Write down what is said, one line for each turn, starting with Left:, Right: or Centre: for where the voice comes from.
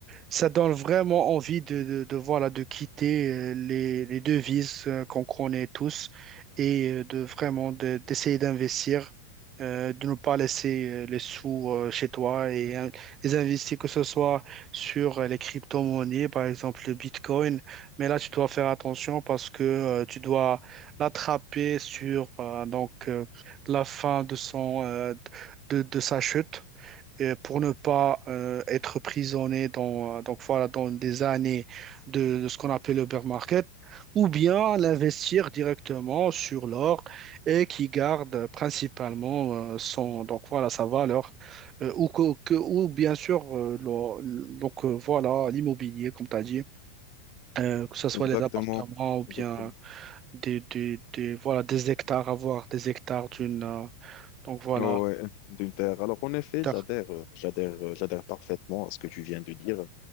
Right: ça donne vraiment envie de, de, de, voilà, de quitter euh, les, les devises euh, qu'on connaît tous et euh, de vraiment de- d'essayer d'investir, euh, de ne pas laisser euh, les sous euh, chez toi et euh, les investir, que ce soit sur euh, les crypto-monnaies, par exemple le Bitcoin. Mais là, tu dois faire attention parce que euh, tu dois l'attraper sur euh, donc, euh, la fin de, son, euh, de, de sa chute euh, pour ne pas euh, être prisonnier dans, euh, donc voilà, dans des années de, de ce qu'on appelle le bear market, ou bien l'investir directement sur l'or et qui garde principalement euh, son, donc voilà, sa valeur, euh, ou, que, que- ou bien sûr, euh, le- le- donc euh, voilà, l'immobilier, comme tu as dit, euh, que ce soit
Left: Exactement,
Right: les appartements ou bien
Left: exactement.
Right: des, des, des- voilà, des hectares, avoir des hectares d'une, euh, donc voilà,
Left: Oh, ouais, d'Ulter. Alors en effet,
Right: terre.
Left: j'adhère, euh, j'adhère, euh, j'adhère parfaitement à ce que tu viens de dire.